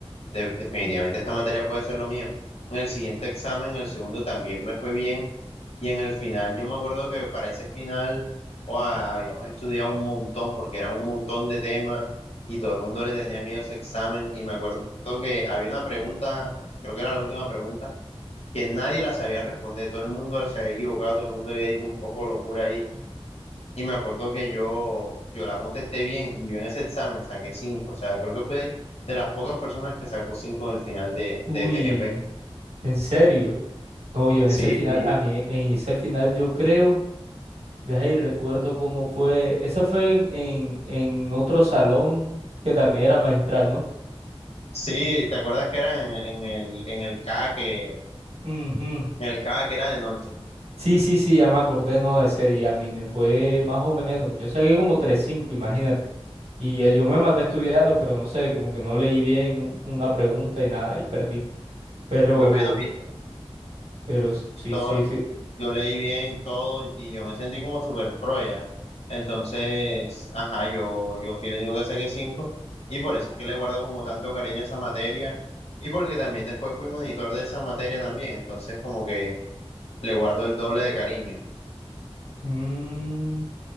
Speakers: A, on the left; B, on the right.
A: de- definitivamente esta materia puede ser lo mío. En el siguiente examen, en el segundo también me fue bien, y en el final, yo me acuerdo que para ese final, ¡guau! habíamos estudiado un montón, porque era un montón de temas, y todo el mundo le tenía miedo a ese examen, y me acuerdo que había una pregunta, creo que era la última pregunta que nadie la sabía responder, todo el mundo la se había equivocado, todo el mundo había dicho un poco locura ahí, y me acuerdo que yo, yo la contesté bien, y yo en ese examen saqué cinco, o sea, creo que fue de las pocas personas que sacó cinco en el final de,
B: Uy,
A: de TGP.
B: en serio. No, yo en
A: Sí,
B: ese final,
A: sí.
B: a mí en ese final yo creo, deja ahí recuerdo cómo fue, esa fue en, en, en otro salón que también era magistral, ¿no?
A: Sí, ¿te acuerdas que era en, en el, en el K que, en
B: Ujú.
A: el K que era de noche?
B: Sí, sí, sí, ya me acordé, no, de ese día a mí me fue más o menos. Yo saqué como tres cinco, imagínate. Y eh, yo me maté estudiando, pero no sé, como que no leí bien u- una pregunta y nada, y perdí. Pero,
A: Bueno, viste,
B: pero sí,
A: todo,
B: sí. fí-
A: Yo leí bien todo y yo me sentí como súper pro ya. Entonces, ajá, yo, yo fui el único que saqué cinco y por eso es que le guardo como tanto cariño a esa materia y porque también después fui monitor de esa materia también, entonces como que le guardo el doble de cariño.
B: Mm,